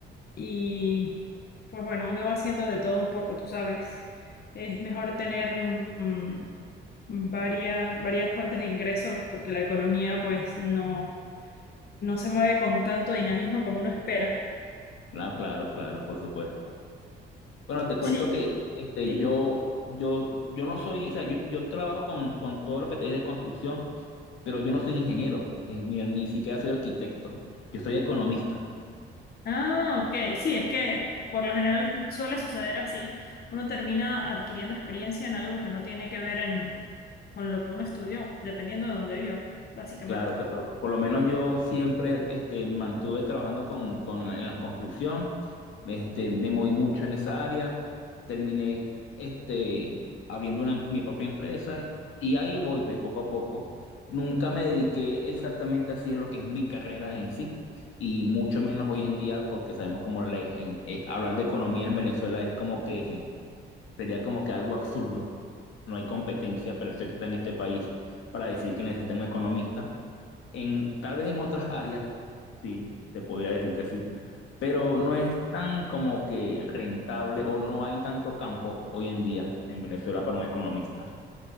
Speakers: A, on the left (about 50°); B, on the left (about 75°).
A: y pues bueno, uno va haciendo de todo un poco, tú sabes. Es mejor tener mm, varias, varias fuentes de ingresos porque la economía pues no, no se mueve con tanto dinamismo como uno espera.
B: Claro, claro, claro, por supuesto. Bueno, te cuento
A: Sí,
B: que este,
A: dime.
B: yo, yo, yo no soy, o sea, yo, yo trabajo con, con todo lo que te dije de construcción, pero yo no soy ingeniero, eh, ni, ni siquiera soy arquitecto, yo soy economista.
A: Ah, ok, sí, es que por lo general suele suceder así. Uno termina adquiriendo experiencia en algo que no tiene que ver en, con lo que uno estudió, dependiendo de dónde viva, básicamente.
B: Claro, claro. Por lo menos yo siempre este, me mantuve trabajando con, con la- en la construcción, este, me moví mucho en esa área, terminé este, abriendo una- mi propia empresa y ahí voy pues, poco a poco. Nunca me dediqué exactamente así a lo que es mi carrera en sí y mucho menos hoy en día porque sabemos como la- en- eh, hablar de economía en Venezuela es como que Sería como que algo absurdo. No hay competencia perfecta en este país para decir que necesitan un economista. En, tal vez en otras áreas, sí, se podría decir que sí, pero no es tan como que rentable o no hay tanto campo hoy en día en Venezuela para un economista.